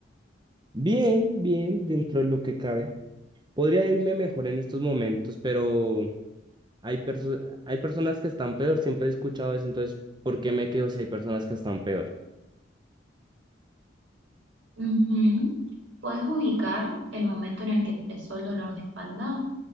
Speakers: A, on the right; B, on the right.
A: Bien, bien, dentro de lo que cabe. Podría irme mejor en estos momentos, pero hay perso- hay personas que están peor, siempre he escuchado eso, entonces, ¿por qué me quedo si hay personas que están peor?
B: Ujú. ¿Puedes ubicar el momento en el que empezó el dolor de espalda?